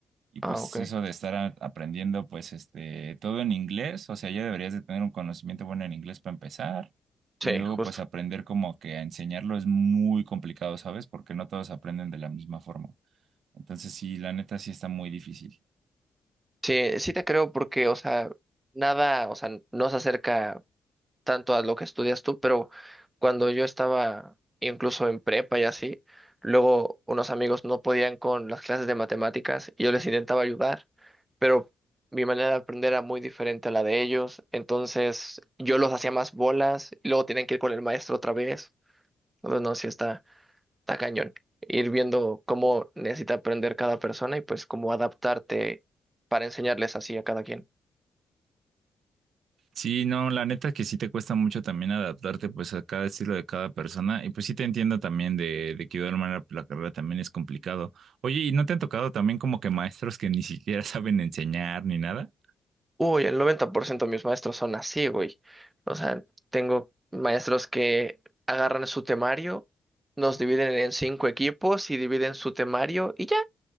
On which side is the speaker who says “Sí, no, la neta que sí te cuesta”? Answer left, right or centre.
Right